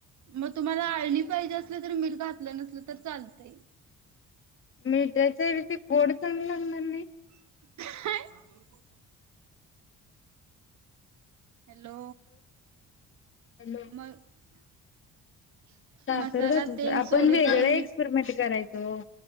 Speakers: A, on the right (about 70°); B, on the left (about 40°).
A: म तुम्हालाआ आळणि पाहिजे असेल तर मिठ घा लं नसल तर चालतय
B: मिठाच्या ऐवजी ते गोड चांगल लागणार नाही.
A: हाअ. ह हॅलो.
B: हॅलो
A: मग. <inaudible>
B: साखर
A: मसाला
B: घातली
A: तेल
B: आपण
A: सोडेपर्यंत
B: वेगळ एक्सपेरिमेंट करायचो